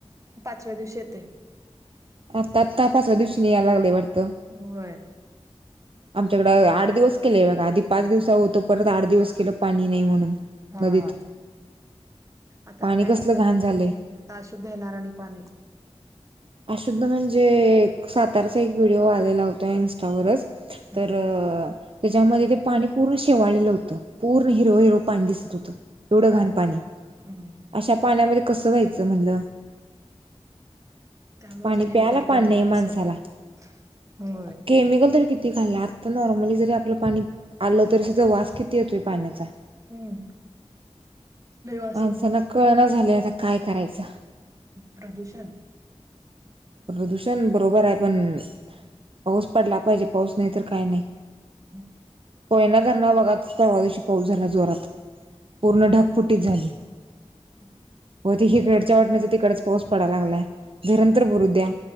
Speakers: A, on the right (about 30°); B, on the right (about 55°).
A: पाचव्या दिवशी येतय
B: आतातापाचच्या दिवशी न यायला लागले वाटते
A: होय
B: आमच्याकडं आठ दिवस केलेय बघा आधी पाच दिवसा होतो परत आठ दिवस केलं पाणी नाही म्हणून
A: हाम्
B: नदीत
A: आता
B: पाणी
A: आणि काय
B: कसलं
A: काय करतात
B: घाण झालंय
A: का आता अशुद्ध येणार आणि पाणी
B: अुद्धा म्हणजे सातारचा एक व्हिडिओ आलेला होता इन्स्टावरच
A: हा
B: तर त्याच्यामध्ये ते पाणी पूर्ण शेवाळलेलं होतं पूर्ण हिरव हिर पाणी दिसत होतं एवढं
A: हा
B: घाण पाणी
A: हम्म.
B: अशा पाण्यामध्ये कसं व्हायचं म्हणलं
A: त्यामुळेच
B: पाणी
A: आणि
B: प्यायला
A: आजार
B: पाणी नाही माणसाला
A: पसरतात. होय.
B: केमिकल तर किती ाला आता नॉर्मली जरी आपलं पाणी आलं तरी सुधा वास किती येतोय पाण्याचा
A: हम्म लय वास
B: माणसांना
A: येतोय.
B: कळना झाले आता काय करायचं
A: प्रदूषण
B: प्रदूषण बरोबर आहे पण, पाऊस पडला पाहिजे पाऊस नाही तर काही नाही.
A: हम्.
B: कोयना धरणावर बगा परवादिवशी पाऊस झाला जोरात पूर्ण ढगफुटीच झाली.
A: हम.
B: हिकडच्या वाटनीच तिकडच पाऊस पडाला लागलाय धरण तर भरू द्या